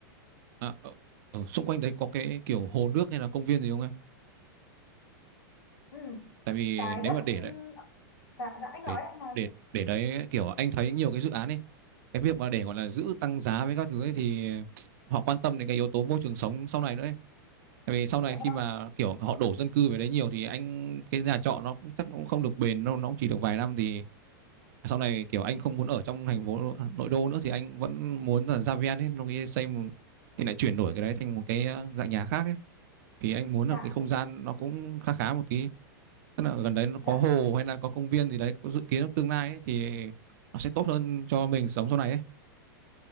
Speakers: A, on the right; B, on the left.
A: À, ở, ở xung quanh đấy có cái kiểu hồ nước hay là công viên gì không em?
B: Ừm,
A: Tại vì
B: cái
A: nếu
B: đất
A: mà để đấy
B: ừm, dạ dạ anh nói
A: để
B: ạ, anh nói đi
A: để để đấy kiểu anh thấy nhiều cái dự án ấy cái việc mà để gọi là giữ tăng giá với các thứ ấy thì họ quan tâm đến cái yếu tố môi trường sống sau này nữa ấy. Tại vì sau
B: dạ
A: này khi
B: vâng
A: mà kiểu họ đổ dân cư về đấy nhiều thì anh cái nhà trọ nó cũng chắc nó cũng không được bền đâu, nó cũng chỉ được vài năm thì sau này kiểu anh không muốn ở trong thành phố nội đô nữa thì anh vẫn muốn là ra ven ấy, nó nghĩ xây một, thì lại chuyển đổi cái đấy thành một cái ờ, dạng nhà khác ấy. Thì anh muốn
B: dạ
A: là cái không gian nó cũng khá khá một tí, tức là gần đấy nó có
B: dạ
A: hồ hay là có công viên gì đấy, có dự kiến trong tương lai ấy, thì nó sẽ tốt hơn cho mình sống sau này ấy.